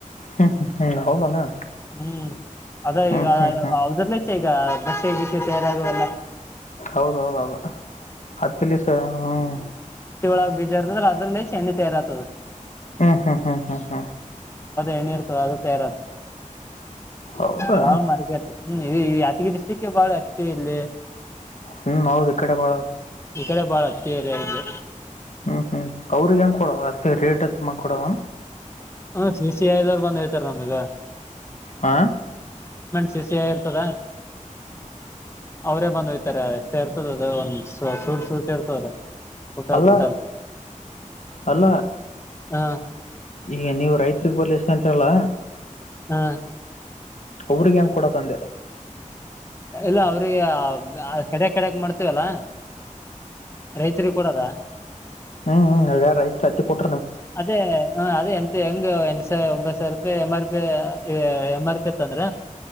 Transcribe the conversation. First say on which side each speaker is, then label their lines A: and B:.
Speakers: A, on the left; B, on the left.
A: ಹ್ಮ್ ಹ್ಮ್ ಹೌದನಾ
B: ಹ್ಮ್ ಅದ
A: ಹ್ಮ್ ಹ್ಮ್ ಹ್ಮ್
B: ಅವದಲ್ಲ ಈಗ ಬಸ್ಸ ಹೇಗಿತ್ತು ತಯಾರಾಗುವ ಎಲ್ಲ
A: ಹೌದೌದೌದು ಹತ್ತಲಸ ಹ್ಮ್
B: ಒಳಗ್ ಬೀಜಾರದ್ರ ಅದ್ರಲ್ಲೇ ಚಂಡಿ ತಯಾರ ಆತದ
A: ಹ್ಮ್ ಹ್ಮ್ ಹ್ಮ್ ಹ್ಮ್ ಹ್ಮ್
B: ಎಣ್ಣ ಇರ್ತ ಅದು ತಯಾರ
A: ಹೌದಾ
B: ಬಾ ಮಾರಕ ಹ್ಮ್ ಇ ಯತಿಗಿ ಡಿಸ್ಟಿಕ್ಗೆ ಬಾಳ ಅಚ್ಚ ಇಲ್ಲಿ
A: ಹ್ಮ್ ಹೌದು ಈ ಕಡೆ ಬಾಳ
B: ಳ ಬಾಳ ಅಚ್ಚರಿದು
A: ಹ್ಮ್ ಹ್ಮ್ ಅವ್ರಿಗೆ ಹೆ್ ಕೊಡವ ಅತ್ತ ರೇಟ್ತ್ ಮಾಡ್ಕೊಡವ
B: ಹ್ಮ ಸಿ ಸಿ ಐದವ್ರು ಬಂದ್ ಹೇತಾರೆ ನಮೀಗ
A: ಹ
B: ಸಿ ಇರ್ತದ ಅವರೇ ಬಂದುೋಯ್ತಾರೆ ಎಷ್ಟೇ ಇತ ಇರ್ತದ ಅದ ಒಂದ್ ಚೂಟ್ ಶೂಟ ಇರ್ತದ ಕುಂಟಾ
A: ಅಲ್ಲ
B: ಕುಂಟಾಲ್
A: ಅಲ್ಲ
B: ಹಾ
A: ಈಗ ನೀವು ರೈತ್ರಿಗೆ ಬರ್ಷ್ಟಕಂತರಲ್ಲ
B: ಹಾ
A: ಅವ್ರಿಗೆ ಹೆಂಗ ಕೂಡ ತಂದೆ
B: ಇಲ್ಲ ಅವ್ರಿಗೆ ಕಡ ಕಡಕ್ ಮಾಡ್ತೇವಲ್ಲ ರೈತರಿಗೆ ಕೂಡದ
A: ಹ್ಮ್್ಮ್ ರೈತ ರತ್ತ ಕೊಟ್ಟ
B: ಅದೇ ಹ ಅದೇ ಎಂತ ಹೆಂಗ್ ಎಂಟ ಸಾವಿ ಒಂಬತ್ತು ಸಾವಿರ ರೂಪಾಯಿ M R P M R ಪಿತ್ಂದ್ರ